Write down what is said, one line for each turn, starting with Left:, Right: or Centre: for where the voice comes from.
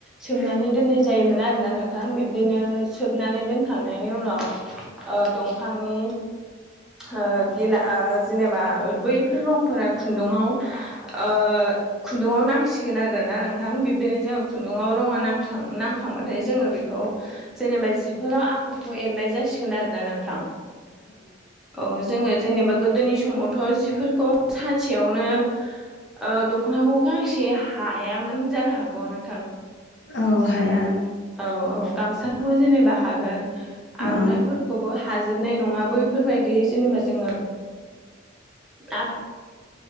Centre: सोमनानै दोननाय जायोमोन आरोना नोंथां बिब्दिनो सोबनानै दोनखांनायनि उनाव ओ दंफांनि ओ बिला ओ जेनेबा ओ बैफोर रंफोरा खुन्दुङाव ओ खुन्दुङाव नांसिगोन आरोना नोंथां बिब्दिनो जों खुन्दुङाव रङा नां नांखांबाथाय जोङो बेखौ जेनेबा जिफोराव आगरखौ एरनाय जासिगोन आरोना नोंथां औ जोङो जेनेबा गोदोनि समावथ' जिफोरखौ सानसेयावनो ओ दख'नाखौ गांसे हायामोन जानो हागौ नों
Left: औ हाया।
Centre: औ औ गामसाखौ जेनेबा हागोन
Left: औ
Centre: आर'नाइफोरखौबो हाजोबनाय नङा बैफोरबायदियै जेनोबा जोङो आग